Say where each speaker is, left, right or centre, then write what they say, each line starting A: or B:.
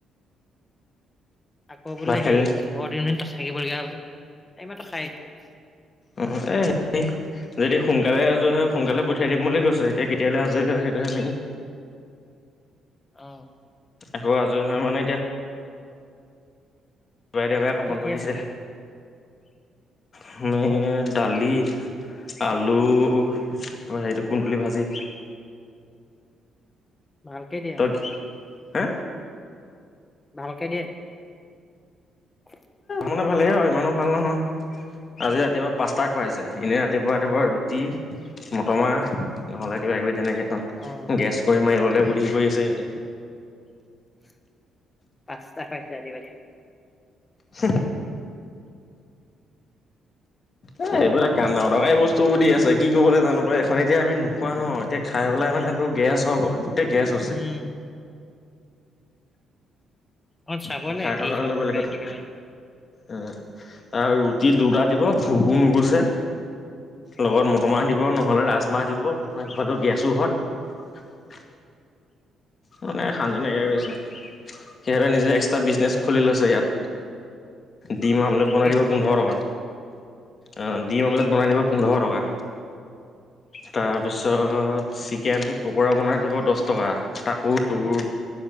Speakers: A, on the left; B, on the left.
A: আকৌ বোলে
B: ভাত খালি
A: হেৰী পোন্ধৰ দিন মান তাত থাকিব লগীয়া হ'ব? এই মাত্ৰ খাই উঠিছো।
B: উম এ সেই যদি সোনকালে আজৰি হয় সোনকালে পঠিয়াই দিম বুলি কৈছে। এতিয়া কেতিয়ালে আজৰি হয় সেইটোহে মেইন।
A: অহ।
B: আকৌ আজৰি হয় মানে এতিয়া দেওবাই দেওবাই আকৌ
A: তই
B: বন্ধ
A: কিহে
B: দিছে।
A: খালি
B: আমি দালি আলু তাপা হেৰীটো কুন্দুলি ভাজি।
A: ভালকে দিয়ে?
B: তই হে
A: ভালকে দিয়ে? <unintelligible>
B: মানে ভালেই আৰু ইমানো ভাল নহয়। আজি ৰাতিপুৱা পাস্তা খুৱাইছে। এনেই ৰাতিপুৱা ৰাতিপুৱা ৰুটি মটৰ মাহ নহ'লে কিবা কিবি তেনেকে খাওঁ
A: অ।
B: গেছ কৰি মাৰিবলে বুদ্ধি কৰি আছে সিহঁতে।
A: পাস্তা খাইছা ৰাতিপুৱা
B: হোঁ। এ এইবিলাক কাম নাই অদৰকাৰী বস্তুবোৰ দি আছে। কি কৰিবলৈ জানো পায় এখন এতিয়া আমি নোখোৱা ন' এতিয়া খাই পেলাই মানে তো গেছ হ'ব, গোটেই গেছ আছে।
A: উম। অ চাব
B: কথাই
A: লাগে
B: থকা
A: কি
B: হ'লেও
A: খাব
B: বেলেগ
A: পাৰে
B: কথা।
A: কি নোৱাৰে
B: উম আৰু ৰুটি দুটা দিব ভোকো নোগুছে। লগত মটৰ মাহ দিব নহ'লে ৰাজমাহ দিব, সেইখন সিফালেও গেছো হয়। মানে শান্তি নাইকিয়া কৰিছে। তই নিজে এক্সট্ৰা বিজনেছ খুলি লৈছে ইয়াত, দিম অমলেত বনাই
A: কেণ্টিনত
B: দিব পোন্ধৰ টকা, অ দিম অমলেট বনাই দিব পোন্ধৰ টকা। তাৰপিছত চিকেন পকোৰা বনাই দিব দছ টকা তাকো তোৰ